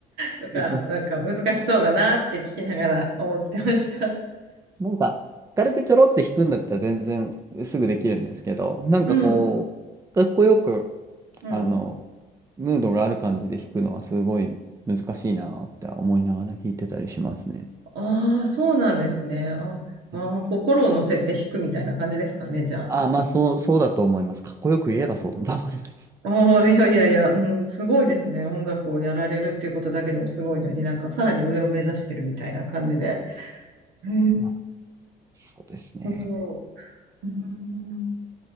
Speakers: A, on the right (about 80°); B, on the right (about 20°).
A: とか、
B: <laughs>
A: なんか難しそうだなって聞きながら思ってました。
B: なんか、軽くちょろって弾くんだったら全然すぐできるんですけど、なんかこう、
A: うん、
B: かっこよく
A: うん。
B: あの、ムードがある感じで弾くのはすごい難しいなって思いながら弾いてたりしますね。
A: ああ、そうなんですね。あ、あー、
B: はい
A: 心を乗せて弾くみたいな感じですかね、じゃあ。
B: あ、まあ、そう、そうだと思います。かっこよく言えばそうだと思います。
A: ああ、いやいやいや、うん、すごいですね。音楽をやられるっていうことだけでもすごいのになんかさらに上を目指してるみたいな感じで。へえ、
B: まあ、そうですね。
A: 本当。うん